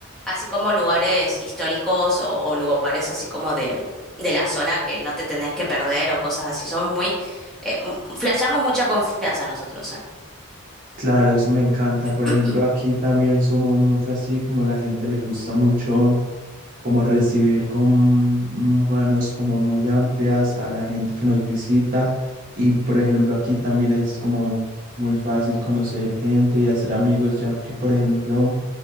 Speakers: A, in the centre; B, on the right.
A: así como lugares históricos o, o lugares así como de, de la zona que no te tenés que perder o cosas así. Somos muy eh, m- flashamos mucha confianza nosotros, ¿eh?
B: claro, eso me encanta. Por
A: <clears throat>
B: ejemplo, aquí también somos mucho así, como la gente le gusta mucho como recibir con manos como muy amplias a la gente que nos visita. Y por ejemplo, aquí también es como muy fácil conocer gente y hacer amigos, ya que por ejemplo,